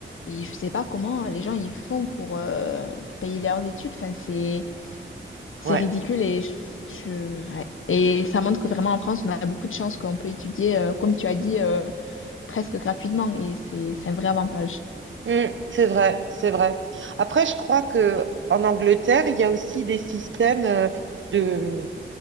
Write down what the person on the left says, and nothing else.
Et je sais pas comment les gens ils font pour, euh, pour payer leurs études. Enfin, c'est c'est
ridicule et je, je- ouais. Et ça montre que vraiment en France, on a beaucoup de chance qu'on peut étudier, euh, comme tu as dit, euh, presque gratuitement. Et c'est c'est un vrai avantage.